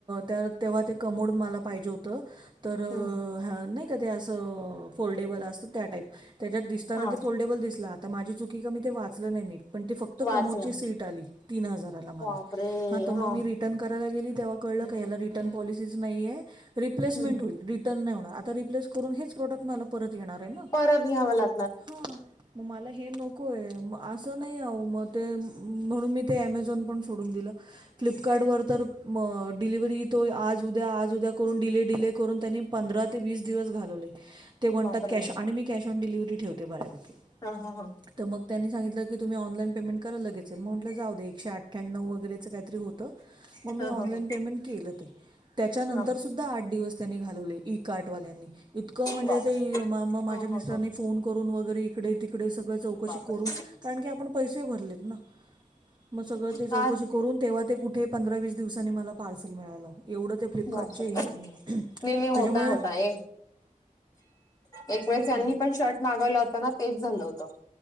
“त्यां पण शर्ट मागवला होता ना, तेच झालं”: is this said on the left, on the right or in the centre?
Left